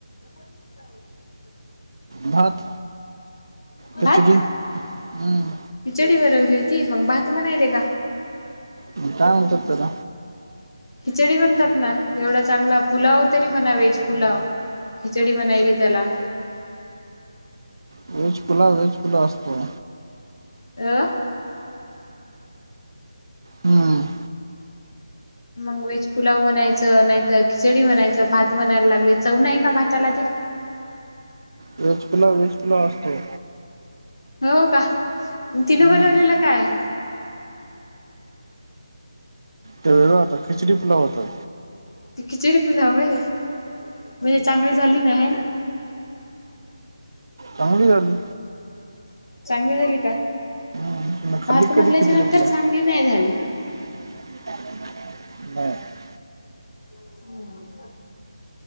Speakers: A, on the left; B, on the right.
A: अच्छा.
B: भात खिचडी
A: भात
B: हम्.
A: खिचडी बनवली होती मग भात बनवला का?
B: म काय म्हणतात तर.
A: खिचडी बणतात ना एवढा चांगला पुलाव तरी म्हणा वेज पुलाव. खिचडी म्हनायली त्याला.
B: व्हेज पुलाव, व्हेज पुलाव असतो.
A: <unintelligible>
B: हम्म.
A: मग वेज पुलाव म्हणायचं नाहीतर खिचडी म्हनायचं भात म्हनायला लागले चव नाही आहे का भाताला ते.
B: वेज कुला वेजपुला असतो.
A: हो का तिनं
B: हम्म
A: बनवलेलं काय.
B: त्या वेळ आता खिचडी पुुलाव होतात.
A: ती खिचडी फुलाव आहे म्हणजे चांगली झाली ना आहे ना.
B: चांगली झाली.
A: चांगली झाली का
B: हम्म तुला
A: भात
B: खाल्ली
A: म्हणल्याच्या
B: कधी खिचडी
A: नंतर
B: तुला
A: चांगली नाही झाली.
B: <unintelligible> <unintelligible>
A: हम्म.